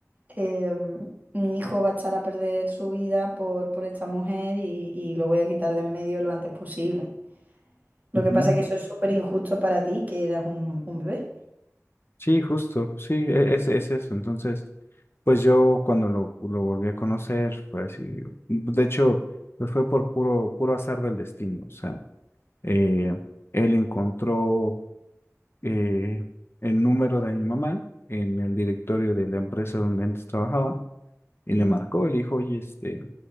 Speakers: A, on the right; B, on the left.
A: em, mi hijo va a echar a perder su vida por, por esta mujer y, y lo voy a quitar de en medio lo antes posible. Lo
B: Ujú.
A: que pasa es que eso es súper injusto para ti, que eras un, un bebé.
B: Sí, justo, sí, e- es, es eso. Entonces, pues yo cuando lo, lo volví a conocer, fue así. De hecho, pues fue por puro, puro azar del destino. O sea, eh, él encontró eh, el número de mi mamá en el directorio de la empresa donde antes trabajaba y
A: Ujú.
B: le marcó y le dijo, oye, este,